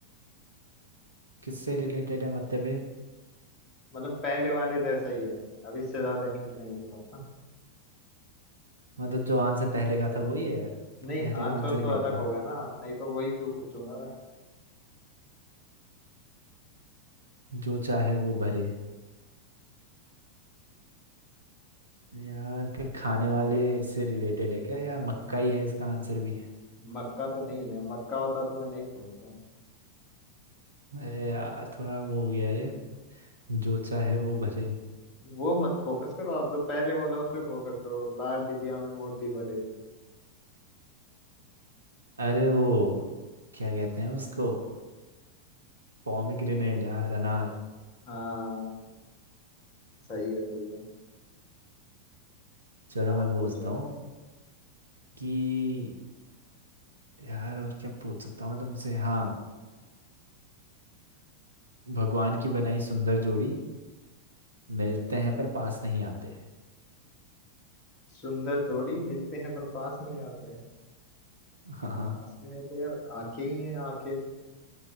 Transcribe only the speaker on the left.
मतलब पहले वाले जैसा ही है अब इससे ज्यादा हिंट नहीं दूंगा
नहीं
आंसर
तो
अलग
होगा ना नहीं तो वही क्यों पूछूंगा मैं
मक्का तो नहीं है मक्का होता तो मैं नहीं पूछता
वो मत फोकस करो आप जो पहले बोला उस पे फोकस करो लाल डिबिया में मोती भरे
हम्म,
हाँ सही है सही है
आप
पूछो
सुंदर जोड़ी मिलते हैं पर पास नहीं आते
पास नहीं आते यार आंखें ही हैं आंखें